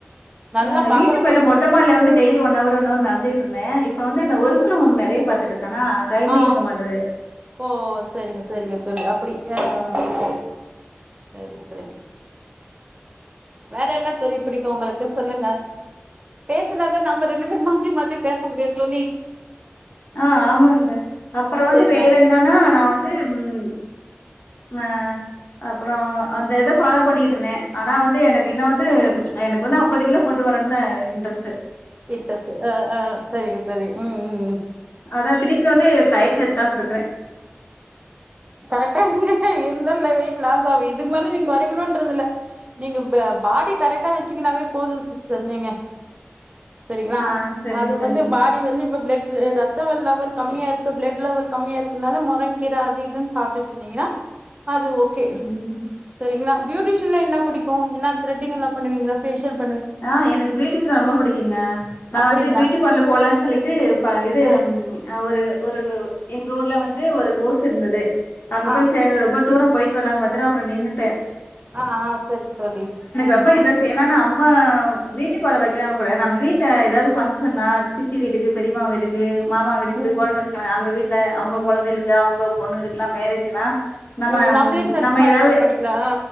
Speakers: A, on the right; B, on the left.
A: நல்லா
B: ஆ
A: பாக்குறவங்க
B: வீட்டு மேல
A: கூட
B: மொட்டமாட்ல வந்து டெய்ல ஒன்னவர் ஒன்னவர் நடந்துட்டு இருந்தே இப்ப வந்துன ஒருட்டு நெறைய பாத்துட்டு ட்டனா டைமே
A: ஆ
B: இருக்க மாட்டுது
A: ஓ சரிங்க சரிங்க தோழி அப்படி ஆ அ சரி சரி வேற என்ன தோழி பிடிக்கு உங்களுக்கு சொல்லுங்க பேசுனாதா நம்ம ரெண்டு பேரு மாத்தி மாத்தி பேச முடியு தோழி
B: ஆ ஆமாங்க அப்பற வந்து
A: சரிங்களா
B: வேற என்னன்னா நா வந்து ம் ஆ அப்ற அந்த இத ஃபாலோ பண்ணிக்கிட்டு இருந்தே ஆனா வந்து எனக்கு இன்னு வந்து எனக்கு வந்து அம்பது கிலோ கொண்டு வரந்த இன்ட்ரெஸ்டு
A: இண்ட்ரஸ்ட் ஆ ஆ சரிங்க சரி ம் ம்
B: அதா திருப்பி வந்து டயர்ல இருக் தா இருக்றே
A: கரெக்டா இரு இருந்தல வெயிட் லாஸ் ஆவு இதுக் மேல நீங்க குறைக்கணுன்றதுல்ல நீங்க பாடி கரெக்டா வச்சுகுனாவே போது சிஸ்டர் நீங்க சரிங்களா
B: ஆ சரிங்க,
A: அது
B: சரிங்க.
A: வந்து வாடி வந்து ப்ப ப்ளட் ரத்த ல்லெவல் கம்மியா இருக்கு ப்ளட் லெவல் கம்மியா இருக்குனால முறங்கி கீர அது இதுன் சாப்ட்டுட்ருந்தீங்கன்னா அது ஓகே
B: ம்.
A: சரிங்களா பியூட்டஷன்ல என்ன புடிக்கு என்ன த்ரெட்டிங்ல்லா பண்ணீங்கள பேஷியல்
B: ஆ எனக்கு பியூட்டீசன் ரொம்ப புடிக்குங்க நா
A: அப்படிங்களா
B: வந்து பியூட்டி பார்லர் போலாம்னு சொல்லிட்டு ப இது
A: ஆ
B: ஒரு ஒரு எங்க ஊர்ல வந்து ஒரு கோர்ஸ் இருந்தது அங்க
A: ஆ
B: போய் சேர ரொம்ப தூரோ போய்ட்டு வல்லா பாத்தன அப்ற நின்னுட்ட
A: ஆ ஆ சரி தோழி ம்
B: ரொம்ப இன்ட்ரெஸ்ட். ஏன்னா, நம்ம பியூட்டி பார்லர் வைக்கலாம்னு கூட நம்ம வீட்ல ஏதாவது ஃபங்க்ஷன்னா சித்தி வீட்டுக்கு பெரியமா வீட்டுக்கு மாமா வீட்டுக்கு
A: ம்
B: இப்டி போறன் வச்சுக்குங்க அங்க வீட் ல அவங்க கொழந்தைய்ளுக்கு அவங்க பொண்ணுளுக்கு எல்லாம் மேரேஜுனா நம்ம
A: ம் நம்மளே செல்ஃப்
B: நம்ம
A: மேக்கப்
B: ஏதாவது
A: பண்ணிக்கலா